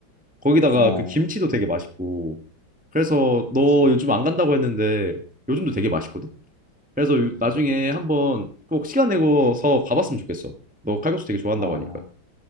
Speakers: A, in the centre; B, on the left.
A: 거기다가
B: 어,
A: 그 김치도 되게 맛있고. 그래서 너
B: 그치.
A: 요즘 안 간다고 했는데 요즘도 되게 맛있거든. 그래서 요-
B: 음,
A: 나중에 한번 꼭 시간 내고서 가봤으면 좋겠어. 너 칼국수 되게 좋아한다고
B: 어,
A: 하니까.